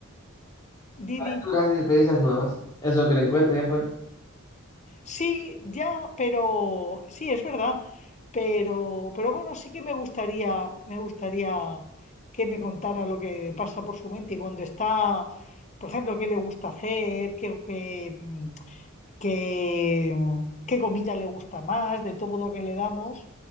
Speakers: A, on the left (about 35°); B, on the left (about 20°).
A: Didi.
B: aventuras y experiencias nuevas. Eso que le encuentre allá afuera.
A: Sí, ya, pero sí, es verdad. Pero, pero bueno, sí que me gustaría, me gustaría que me contara lo que pasa por su mente y cuando está, por ejemplo, qué le gusta hacer, qué, qué, qué, qué comida le gusta más, de todo lo que le damos,